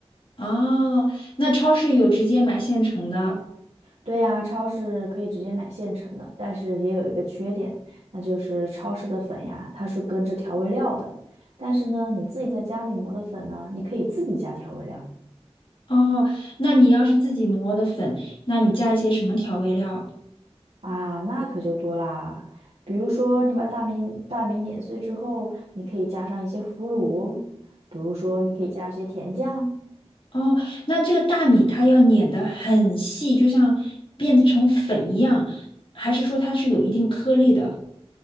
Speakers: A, on the left; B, on the right.
A: 哦，那超市有直接买现成的。
B: 对呀，超市可以直接买现成的，但是也有一个缺点，那就是超市的粉呀，它是跟着调味料的。但是呢，你自己在家里磨的粉呢，你可以自己加调味料
A: 哦，那你要是自己磨的粉，那你加一些什么调味料？
B: 啊，那可就多啦。比如说，你把大米大米碾碎之后，你可以加上一些腐乳，比如说你可以加一些甜酱。
A: 哦，那这个大米它要碾得很细，就像变成粉一样，还是说它是有一定颗粒的？